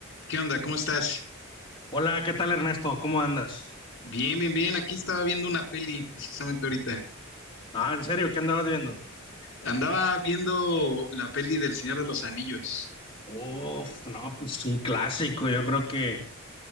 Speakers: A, on the left (about 60°); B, on the left (about 25°).
A: ¿Qué onda? ¿Cómo estás?
B: Hola, ¿qué tal Ernesto? ¿Cómo andas?
A: Bien, bien, bien. Aquí estaba viendo una peli precisamente ahorita.
B: Ah, ¿en serio? ¿Qué andabas viendo?
A: Andaba viendo la peli del Señor de los Anillos.
B: Uf, no, pues un clásico, yo creo que...